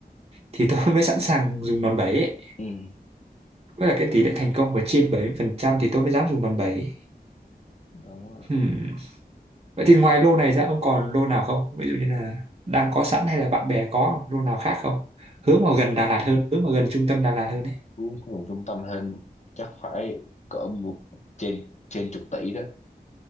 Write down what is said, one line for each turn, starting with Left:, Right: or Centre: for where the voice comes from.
Right: thì tôi <laughs> mới sẵn sàng dùng đòn bẩy ấy.
Left: ừ,
Right: Với là cái tỷ lệ thành công phải trên 70% thì tôi mới dám dùng đòn bẩy.
Left: đúng rồi
Right: Hmm. Vậy thì ngoài lô này ra ông còn lô nào không? Ví dụ như là đang có sẵn hay là bạn bè có lô nào khác không? Hướng vào gần Đà Lạt hơn, hướng vào gần trung tâm Đà Lạt hơn ấy.
Left: Vốn nguồn trung tâm hơn chắc phải cỡ một trên trên chục tỷ đó